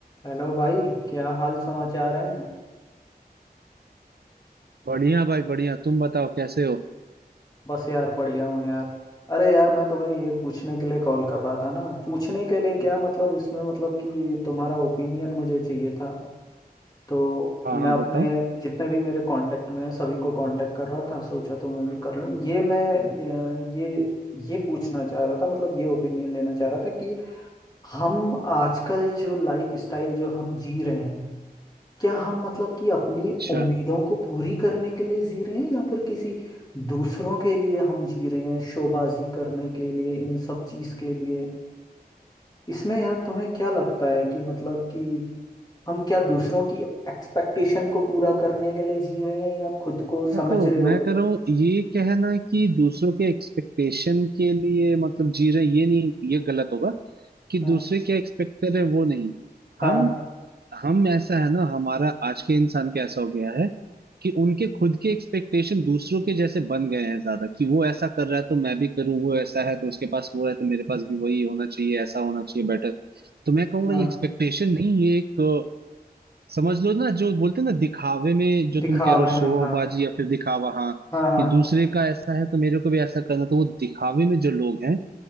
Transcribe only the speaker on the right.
बढ़िया भाई बढ़िया तुम बताओ कैसे हो
हाँ
हाँ
बताओ
अच्छा
देखो
मैं कह
रहा हूँ ये कहना कि दूसरों के एक्सपेक्टेशन के लिए मतलब जी रहे ये नहीं ये गलत होगा कि
दूसरे क्या एक्सपेक्ट कर रहे हैं वो नहीं
हम हम ऐसा है ना हमारा आज के इंसान का ऐसा हो गया है कि उनके खुद के एक्सपेक्टेशन दूसरों के जैसे बन गए हैं ज्यादा कि वो ऐसा कर रहा है तो मैं भी करूँ वो ऐसा है तो उसके पास वो है तो मेरे पास भी वही होना चाहिए ऐसा होना चाहिए बेटर तो मैं कहूंगा
ये एक्सपेक्टेशन नहीं ये एक समझ लो ना जो बोलते हैं ना दिखावे में जो तुम
कह रहे हो शोबाजी
या फिर दिखावा हाँ
कि दूसरे का ऐसा है तो मेरे को भी ऐसा करना तो वो दिखावे में जो लोग हैं